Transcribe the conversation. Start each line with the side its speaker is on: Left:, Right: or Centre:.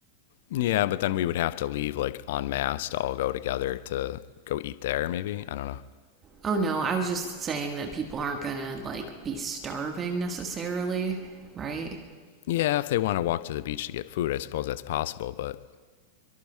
Left: Yeah, but then we would have to leave like en masse to all go together to go eat there, maybe. I don't know.
Right: Oh no, I was just saying that people aren't gonna like be starving necessarily, right?
Left: Yeah, if they want to walk to the beach to get food, I suppose that's possible. But